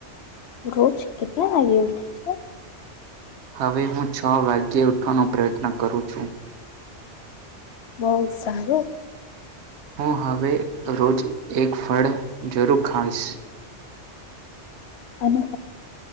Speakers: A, on the left; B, on the right.
A: રોજ કેટલા વાાગ્યા ઉઠ
B: હવે હું છ વાગ્યે ઉઠવાનો પ્રયત્ન કરું છું
A: બહુ સારું
B: હું હવે રોજ એક ફળ જરૂર ખાવશ
A: અને